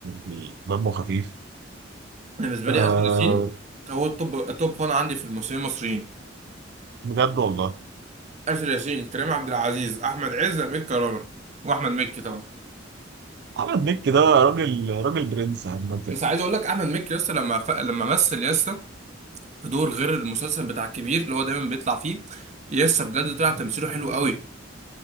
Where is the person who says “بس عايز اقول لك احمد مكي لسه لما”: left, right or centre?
Right